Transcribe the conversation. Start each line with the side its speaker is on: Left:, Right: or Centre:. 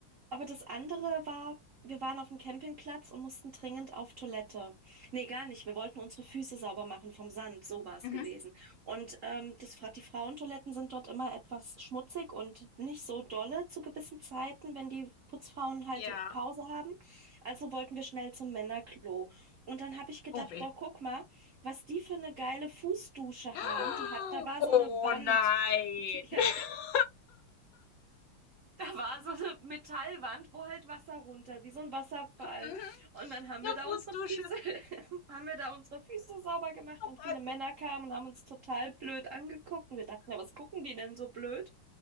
Right: Aber das andere war, wir waren auf dem Campingplatz und mussten dringend auf Toilette. Nee, gar nicht. Wir wollten unsere Füße sauber machen vom Sand. So war es
Left: Mhm.
Right: gewesen. Und ähm, das, Fra- die Frauentoiletten sind dort immer etwas schmutzig und nicht so dolle zu gewissen Zeiten, wenn die Putzfrauen halt
Left: Ja.
Right: Pause haben. Also wollten wir schnell zum Männerklo. Und dann habe ich gedacht,
Left: Oh weh.
Right: boah, guck mal, was die für eine geile Fußdusche
Left: <gasps>
Right: haben. Die hat, da war
Left: Oh
Right: so eine Wand.
Left: nein.
Right: <laughs> Ja,
Left: <laughs>
Right: da war so eine Metallwand, wo halt Wasser runter, wie so ein Wasserfall.
Left: Mhm,
Right: Und dann haben
Left: 'Ne
Right: wir da
Left: Fußdusche.
Right: unsere Füße, <laughs> haben wir da unsere Füße sauber gemacht
Left: Oh
Right: und
Left: Gott,
Right: viele Männer kamen und haben uns total blöd angeguckt. Und wir dachten, ja, was gucken die denn so blöd?